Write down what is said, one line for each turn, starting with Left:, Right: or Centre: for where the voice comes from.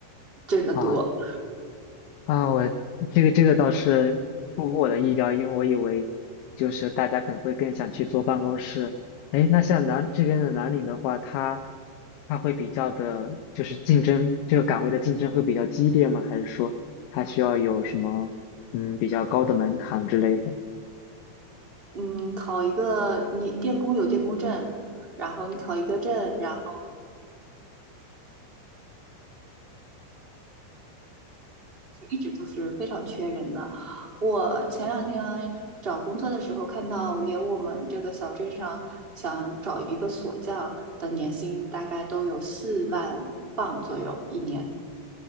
Right: 挣得多。
Left: 啊啊，我这个这个倒是出乎我的意料，因为我以为就是大家可能会更想去坐办公室。哎，那像南这边的南岭的话，它它会比较的，就是竞争这个岗位的竞争会比较激烈吗？还是说它需要有什么嗯比较高的门槛之类的？
Right: 嗯，考一个你电工有电工证，然后你考一个证，然后。一直都是非常缺人的。我前两天找工作的时候看到，连我们这个小镇上想找一个锁匠的年薪大概都有四万镑左右一年。